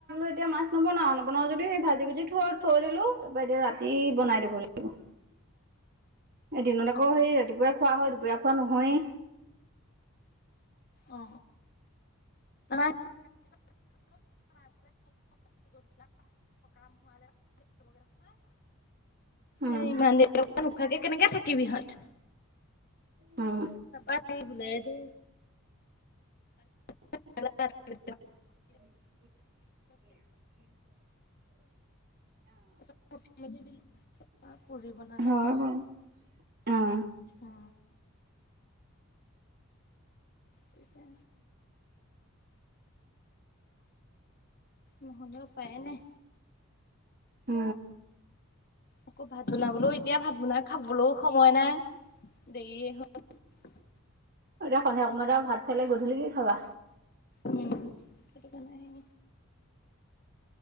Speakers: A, on the right (about 45°); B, on the left (about 45°).
A: এতিয়া মাছ নবনাও নবনাও যদি সেই ভাজি ভুজি থ থৈ দিলো তাৰপৰা এতিয়া ৰাতি বনাই দিব লাগিব অঁ এদিনত আকৌ
B: অ'।
A: হেই ৰাতিপুৱাই খোৱা হয় দুপৰীয়া খোৱা নহয়েই
B: অ <inaudible>
A: অঁ
B: এ ইমান দেৰি পৰা নোখাবাকে কেনেকে থাকিবি ইহঁত
A: উম
B: চপা ন বুলাই তো <unintelligible>
A: <unintelligible>
B: ঠ মেলি দিলো পুৰি বনালে
A: হয় বাৰু উম,
B: অ ঠিকে নহ'লে উপায়ে নাই।
A: উ
B: আকৌ ভাত বনাবলৈও এতিয়া ভাত বনাই খাবলৈও সময় নাই দেৰীয়ে হল
A: এতিয়া সন্ধে কত ভাত খালাই গধূলিকেই খাবা
B: উম সেইটো কাৰনে আহে